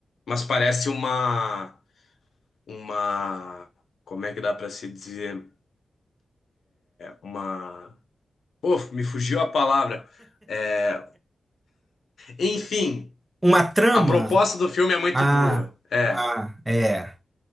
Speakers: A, on the left; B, on the right.
A: Mas parece uma, uma, como é que dá pra se dizer? Uma, pô, me fugiu a palavra. É, Enfim,
B: Uma trama?
A: A proposta do filme é muito
B: Ah,
A: boa. É.
B: ah, é.